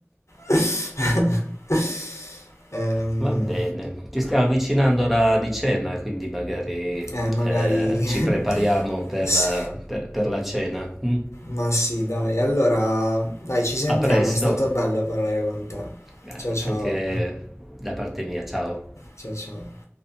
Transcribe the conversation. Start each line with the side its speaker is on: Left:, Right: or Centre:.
Left: <laughs> Ehm,
Centre: Va bene, ci stiamo avvicinando all'ora di cena, quindi magari,
Left: eh, magari
Centre: ehm, ci prepariamo
Left: <laughs>
Centre: per
Left: sì,
Centre: la, per per la cena, mh?
Left: ma sì, dai. Allora, dai, ci sentiamo,
Centre: A presto,
Left: è stato bello parlare con te.
Centre: a
Left: Ciao ciao,
Centre: anche da parte mia, ciao.
Left: ciao ciao.